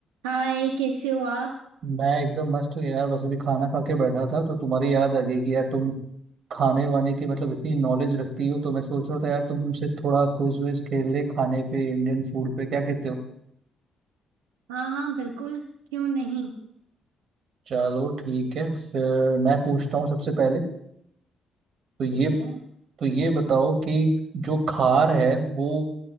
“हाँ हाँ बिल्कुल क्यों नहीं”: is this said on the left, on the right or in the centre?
Right